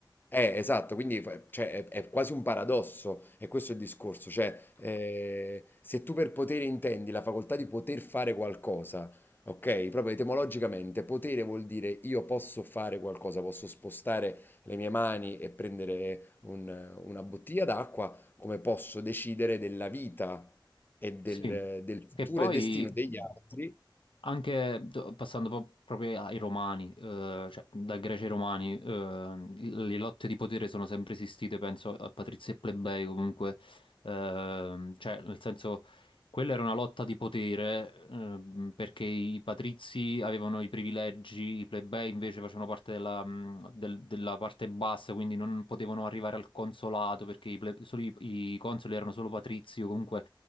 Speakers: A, on the left (about 25°); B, on the left (about 85°).
A: eh, esatto, quindi fa- cioè, è, è quasi un paradosso, e questo è il discorso, cioè eh, se tu per potere intendi la facoltà di poter fare qualcosa, ok? Proprio etimologicamente, potere vuol dire io posso fare qualcosa, posso spostare le mie mani e prendere un- una bottiglia d'acqua, come posso decidere della vita e del,
B: sì.
A: del futuro
B: Che poi
A: e destino degli altri
B: anche do- passando po- proprio ai romani, eh, cioè dal greci ai romani, eh, le lotte di potere sono sempre esistite, penso a patrizi e plebei comunque, ehm, cioè nel senso quella era una lotta di potere, ehm, perché i patrizi avevano i privilegi, i plebei invece facevano parte della, mh, del- della parte bassa, quindi non potevano arrivare al consolato perché i, ple- solo i i consoli erano solo patrizi o comunque